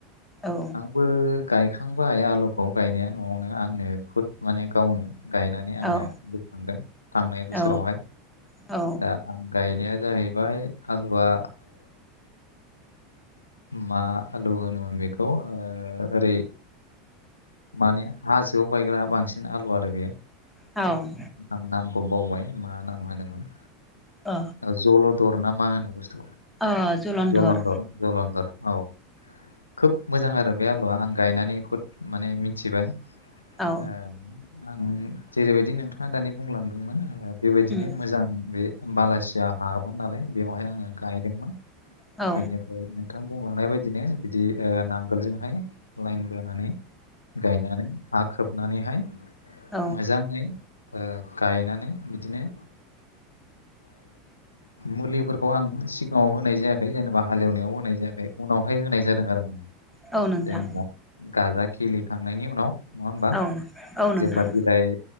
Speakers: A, in the centre; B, on the left (about 80°).
A: औ
B: आबो गायखांबाय आलुखौ गायनाया न'आवनो आंनो खुद माने गावनो गायनानै आङो
A: औ
B: बोखांदों थांनाय बोसोरावहाय
A: औ औ
B: दा आं गायनाया जाहैबाय आलुआ मा आलु होनोमोन बेखौ ओरै माने हो जौ गायग्रा बांसिन आलु आरो बेयो
A: औ
B: आं नामखौ बावबाय मा नाम होनोमोन।
A: अ
B: जलदर ना मा होनो बुस्थु
A: ओ जलन्धर
B: जलदर जलदर औ खोब मोजां आरो बे आलुा आं गायनानै खद माने मिथिबाय
A: औ
B: ए आं जेरैबायदि नोंथाङा दानि बुंलांदोंमोन बेबायदिनो
A: उम
B: मोजां बे बालासि जा हामोन नालाय बेवहाय आङो गायदोंमोन।
A: औ
B: बेनिफ्राय बुंलांनाय बायदिनो बिदि नांगोलजोंहाय लाइन बोनानै गाय नानै हा खोबनानैहाय
A: औ
B: मोजाङै गायनानै बिदिनो मुलिफोरखौ आं सिगाङाव होनाय जायाखै जेनेबा हालेवनायाव होनाय जायाखै। ओ उनावहाय होनाय जादों आरो माने
A: औ नोंथां
B: जेनेबा गाजा खिलिखांनायनि उनाव नङा होमबा
A: औ औ नोंथां
B: जेब्ला बिलाइ